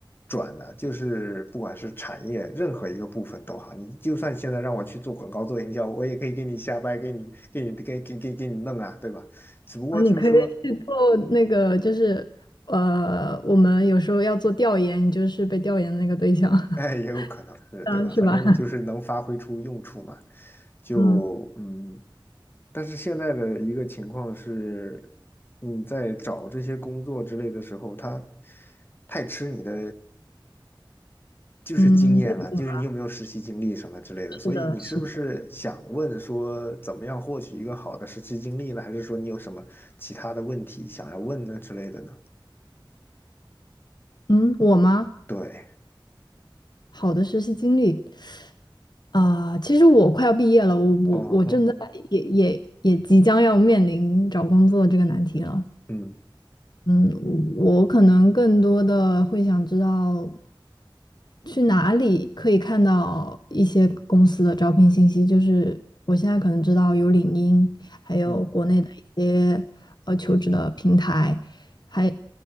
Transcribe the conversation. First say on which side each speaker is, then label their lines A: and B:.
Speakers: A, on the left (about 25°); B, on the left (about 55°).
A: 转的，就是不管是产业任何一个部分都好，你就算现在让我去做广告、做营销，我也可以给你瞎掰，给你给你给给给给你弄啊，对吧？只不过就是说。
B: 啊，你可以去做那个，就是呃，我们有时候要做调研，你就是被调研的那个对象，<laughs>
A: 哎，也有可能是，
B: 啊，
A: 对吧？
B: 是吧？
A: 反正就是能发挥出用处嘛，
B: <laughs>
A: 就嗯。
B: 嗯
A: 但是现在的一个情况是，你在找这些工作之类的时候，他太吃你的就是经验了，
B: 嗯，背景
A: 就是你有没有实习经历什么之类的。
B: 是的，
A: 所以你是不是想问说，
B: 是的。
A: 怎么样获取一个好的实习经历呢？还是说你有什么其他的问题想要问的之类的呢？
B: 嗯，我吗？
A: 对，
B: 好的实习经历啊，其实我快要毕业了，我我我正在也也也即将要面临找工作这个难题了。
A: 哦哼，嗯
B: 嗯，我我可能更多的会想知道，去哪里可以看到一些公司的招聘信息？就是我现在可能知道有领英，还有国内的一些呃求职的平台，
A: 嗯，
B: 还